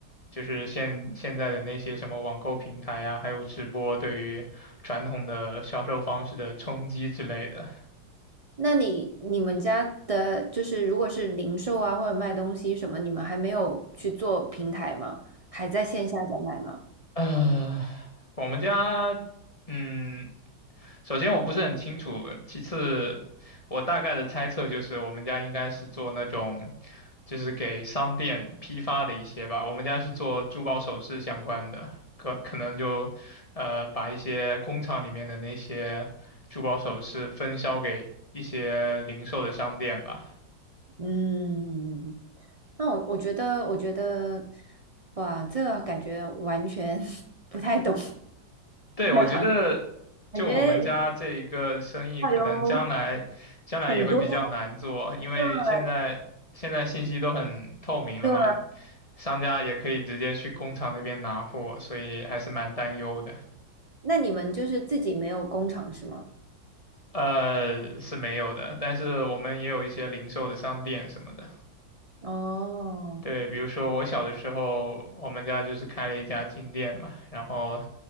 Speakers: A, on the left; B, on the right.
A: 就是现现在的那些什么网购平台啊，还有直播对于传统的销售方式的冲击之类的。
B: 那你你们家的就是如果是零售啊或者卖东西什么，你们还没有去做平台吗？还在线下在卖吗？
A: 呃，我们家，嗯，首先我不是很清楚，其次我大概的猜测就是我们家应该是做那种，就是给商店批发的一些吧。我们家是做珠宝首饰相关的，可可能就，呃，把一些工厂里面的那些珠宝首饰分销给一些零售的商店吧。
B: 嗯，嗯嗯嗯那我我觉得，我觉得，哇，这个感觉完全 <laughs> 不太懂 <laughs>
A: 对，
B: 这个行业，
A: 我觉得
B: 感觉
A: 就我们家这一个生意，
B: 要有
A: 可能将来将来也会比较难做，
B: 很多
A: 因为现在现在信息都很透明了嘛，
B: 的对，
A: 商家也可以直接去工厂那边拿货，所以还是蛮担忧的。
B: 那你们就是自己没有工厂是吗？
A: 呃，是没有的，但是我们也有一些零售的商店什么的。
B: 哦，
A: 对，比如说我小的时候，我们家就是开了一家金店嘛，然后